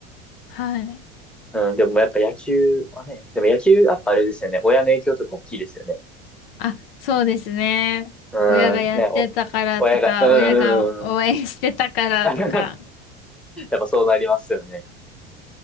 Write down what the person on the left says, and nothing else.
はい。
あ、そうですね。
親がやってたからとか、
親が応援してたからとか。